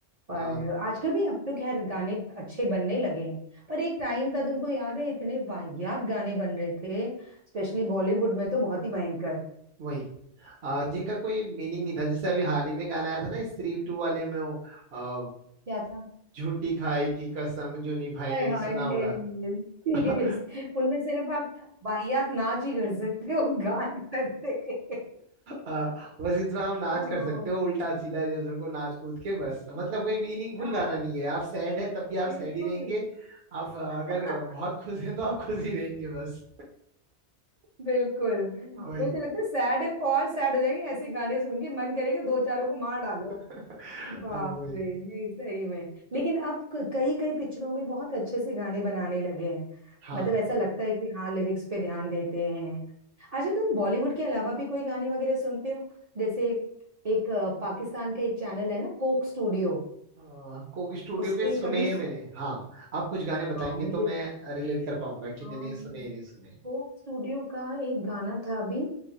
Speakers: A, on the right; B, on the right.
A: पर
B: आ,
A: आजकल भी अब तो खैर गाने अच्छे बनने लगे हैं पर एक टाइम था तुमको याद है इतने वाहियात गाने बन रहे थे स्पेशली बॉलीवुड में तो बहुत ही भयंकर
B: वही आ, जिनका कोई मीनिंग नहीं था जैसे अभी हाल ही में गाना आया था ना स्त्री टू वाले में वो आ,
A: क्या था
B: झूठी खाई थी कसम जो निभाई
A: हाय
B: नहीं
A: हाय
B: सुना होगा
A: सीरियस
B: <laughs>
A: उनमें सिर्फ आप वाहियात नाच ही कर सकते हो गा नहीं सकते
B: आ, बस इसमें आप नाच
A: ओहो
B: कर सकते हो उल्टा सीधा इधर उधर को नाच कूद के बस मतलब कोई मीनिंगफुल
A: हाँ
B: गाना नहीं है आप सैड है तब भी आप
A: बिल्कुल
B: सैड ही रहेंगे आप आ,
A: <laughs>
B: अगर आ, बहुत खुश हैं तो आप खुश ही रहेंगे बस
A: बिल्कुल
B: वही
A: मुझे तो लगता है सैड है और सैड हो जाएंगे ऐसे गाने सुन के मन करेगा दो चारों को मार डालो
B: <laughs>
A: बाप
B: आ, वही
A: रे नहीं सही में लेकिन अब क- कई कई पिक्चरों में बहुत अच्छे से गाने बनाने लगे हैं
B: हाँ
A: मतलब ऐसा लगता है कि हाँ लिरिक्स पे ध्यान देते हैं अच्छा तुम बॉलीवुड के अलावा भी कोई गाने वगैरह सुनते हो जैसे एक अ, पाकिस्तान का एक चैनल है ना कोक स्टूडियो
B: आ, कोक स्टूडियो
A: उसके
B: के सुने
A: कभी
B: हैं
A: स-
B: मैंने हाँ आप कुछ गाने बताएंगे
A: हाँ मुझे
B: तो मैं रिलेट कर पाऊंगा कि
A: हाँ,
B: मैंने सुने या नहीं सुने
A: कोक स्टूडियो का एक गाना था अभी